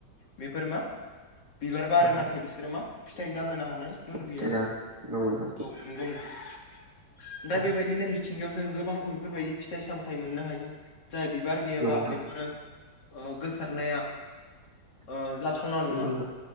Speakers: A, on the left; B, on the right.
A: बेफोर मा बिबार बारो।
B: नंगौ
A: नाथाय बिसोरो मा फिथाइ जाहोनो हानाय गुन गैया।
B: फिथाइ जागोन नंगौ नोंथां
A: औ नंगौ नोथां। दा
B: औ
A: बेबायदिनो मिथिंगायाव जों गोबां बेफोरबायदि फिथाइ सामथाइ मोननो हायो। जाय बिबार गैयाबा
B: नंगौ नोंथां
A: बेफोरो ओ गोसो नाया ओ जाथावना नङा
B: नंगौ नोंथां